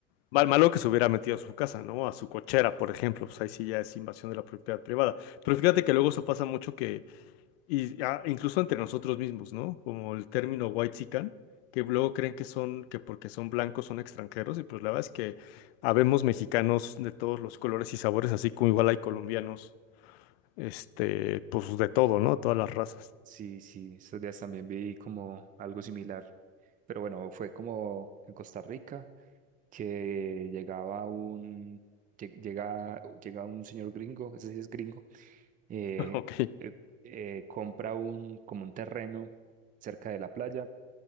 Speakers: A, on the left; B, on the right.
A: mal, malo que se hubiera metido a su casa, ¿no? A su cochera, por ejemplo, pues ahí sí ya es invasión de la propiedad privada. Pero fíjate que luego eso pasa mucho que, y, ah, incluso entre nosotros mismos, ¿no? Como el término whitexican, que luego creen que son, que porque son blancos son extranjeros, y pues la verdad es que habemos mexicanos de todos los colores y sabores, así como igual hay colombianos este, pues de todo, ¿no? Todas las razas.
B: Sí, sí, estos días también vi como algo similar. Pero bueno, fue como en Costa Rica. que llegaba un, lle- llega, llega un señor gringo, ese sí es gringo, eh,
A: <laughs> Ok.
B: eh, eh, compra un, como un terreno cerca de la playa,